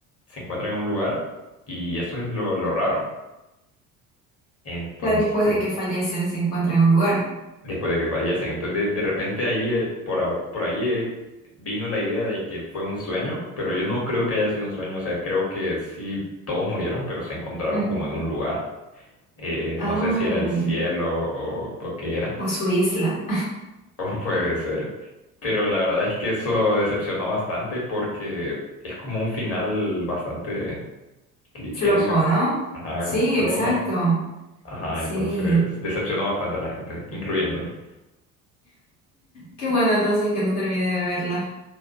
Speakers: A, on the left; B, on the left.
A: se encuentran en un lugar y eso es lo, lo raro. Entonces,
B: O sea, después de que fallecen, se encuentran en un lugar.
A: después de que fallecen. Entonces, de, de repente ahí, eh, por, ab- por ahí eh, vino la idea de que fue un sueño, pero yo no creo que haya sido un sueño. O sea, creo que sí, todos murieron, pero se encontraron
B: Ujú.
A: como en un lugar. Eh,
B: Ah,
A: no sé si era el cielo o, o qué era.
B: o su isla.
A: <laughs> O puede ser. Pero la verdad es que eso decepcionó bastante porque es como un final bastante cliché,
B: Flojo,
A: digamos.
B: ¿no?
A: Ajá,
B: Sí,
A: como flojo.
B: exacto.
A: Ajá,
B: Sí.
A: entonces decepcionó bastante a la gente, incluyéndome.
B: Qué bueno entonces que no terminé de verla.